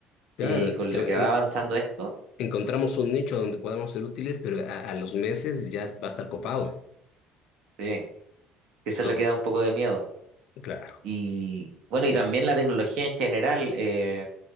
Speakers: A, on the left; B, on the right.
A: Claro,
B: que
A: es
B: con
A: que
B: la que va
A: en-
B: avanzando esto,
A: encontramos un nicho donde podamos ser útiles, pero a, a los meses ya va a estar copado.
B: sí, que eso
A: No,
B: es lo que da un poco de miedo.
A: claro.
B: Y bueno, y también la tecnología en general, eh,